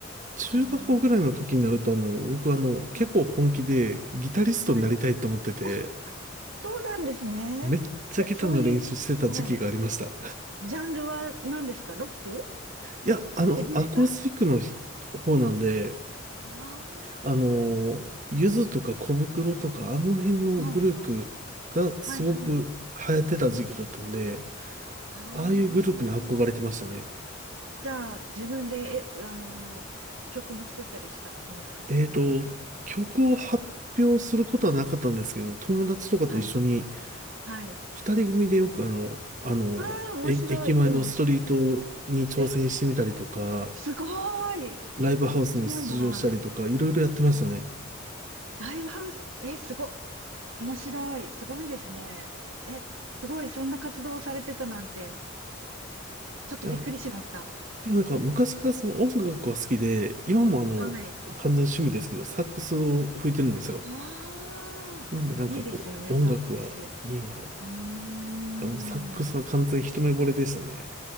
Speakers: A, on the right; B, on the right.
A: 中学校ぐらいの時になるとあの、
B: うーん。
A: 僕あの、結構本気でギタリストになりたいと思ってて、
B: はい。はい。あ、そうなんですね。
A: めっちゃギターの練習してた時期がありました。
B: そそういう、はい。ジャンルは何ですかロック
A: いや、あの、
B: ヘビメタあ
A: アコースティックの方なんで、
B: あ
A: あの、ゆずとか小袋とか、あの辺のグループがすごく流行ってた時期だったんで、
B: ー。はい。はい、はい。うん。ああ。
A: ああいうグループに憧れてましたね。
B: じゃあ、自分で、え、あの、曲も作ったりしたんですか
A: えっと、曲を発表することはなかったんですけど、友達とかと一緒に、
B: はい。はい。
A: 二人組でよくあの、あの、
B: ああ、面白い。
A: え駅前のストリートに挑戦してみたりとか、
B: うん。え、すごい。
A: ライブハウスに出場したりとか、
B: すごいな。
A: いろいろやってましたね。
B: ライブハウス、え、すご、面白い、すごいですね。え、すごい、そんな活動をされてたなんて、ちょっとびっくりしました。
A: いやでもなんか昔からその音楽は好きで、今もあの、
B: はい。
A: 完全に趣味ですけど、サックスを吹いてるんですよ。
B: わあ、
A: なんでなんかこう、
B: いいですよね、
A: 音楽はいいな。
B: サックス。
A: い
B: うーん。
A: やもうサックスは完全に一目惚れでしたね。